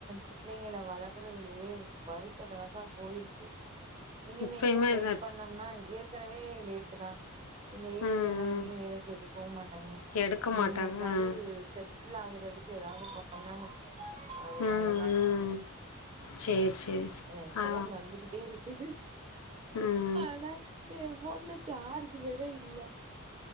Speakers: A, on the right; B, on the left.
A: பிள்ளைங்கல வளர்க்கிறதுலியே வருஷ கணக்கா போயிருச்சு இனிமேயு
B: இப்பயுமே
A: லேட்
B: இது
A: பண்ணோம்னா ஏற்கனவே லேட்டுதா இந்த ஏஜுலெல்லா
B: ம் ம்
A: எங்கேயு வேலைக்கு எடுக்கவு மாட்டாய்ங்க
B: எடுக்க
A: இனிமேலாது
B: மாட்டாங்க ம்
A: செட்டில் ஆகுறதுக்கு எதாவ்து பண்ணனு அதனாலதா
B: ம் ம் சேரி
A: ஆ
B: சேரி
A: எனக்கு ஃபோன்
B: ஆ
A: வந்துகிட்டே இருக்கு
B: ம்
A: ஆனா எ ஃபோன்ல சார்ஜ் வேற இல்ல